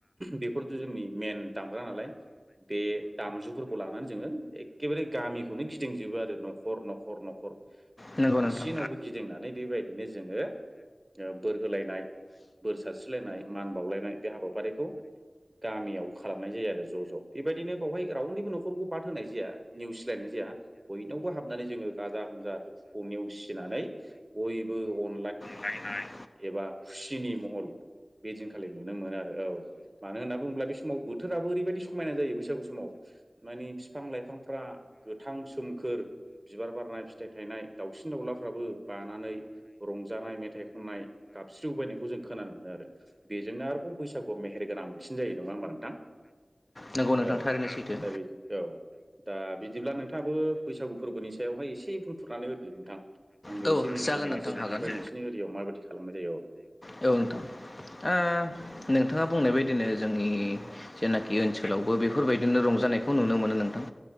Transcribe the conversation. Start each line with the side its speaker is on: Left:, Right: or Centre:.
Right: बेफोरथ' जों नि मेन दामग्रा नालाय बे दामजुफोरखौ लानानै जोङो एखेबारे गामिखौ नो गिदिंजोबो आरो न'खर न'खर न'खर
Left: नंगौ
Right: गासिनावबो
Left: नोंथां।
Right: गिदिंनानै बेबायदिनो जोङो ओ बोर होलायनाय बोर सारस्रिलायनाय मान बावलायनाय बे हाबाफारिखौ गामियाव खालामनाय जायो आरो ज' ज' बेबायदिनो बेवहाय रावनिबो न'खरखौ बाद होनाय जाया नेवसिला लायनाय जाया बयनावबो हाबनानै जोङो गाजा गोमजा दुखुखौ नेवसिनानै बयबो अन
Left: गायनाय
Right: एबा खुसिनि महल बेदिनखालि नुनो मोनो आरो औ मानो होनना बुङोब्ला बे समाव बोथोराबो ओरैबायदि समायना जायो बैसागु समाव मानि बिफां लाइफांफ्रा गोथां सोमखोर बिबार बारनाय फिथाइ थायनाय दाउसिन दाउलाफ्राबो बानानै रंजानाय मेथाइ खननाय गाबस्रिव बायनायखौ जों खोनानो मोनो आरो बेजोंनो आरोबाव बैसागुआव मेहेरगोन गोनांसिन जायो, नङा होमबा नोंथां?
Left: नंगौ नोंथां
Right: औ
Left: थारैनो सैथो।
Right: दा बेदि औ दा आ बिदिब्ला नोंथाङाबो बैसागु फोरबोनि सायावहाय एसे बुंफुरनानै होदो नोंथां। आंबो
Left: औ
Right: एसे मिथिनानै
Left: जागोन नोंथां
Right: ला मोसौ नोंथांनिफ्राय
Left: हागोन औ
Right: नोंसिनि एरियाव माबायदि खालामनाय जायो औ।
Left: नोंथां ओ नोंथाङा बुंनाय बादिनो जोंनि जेनाखि ओनसोलावबो बेफोरबायदिनो रंजानायखौ खौ नुनो मोनो नोंथां।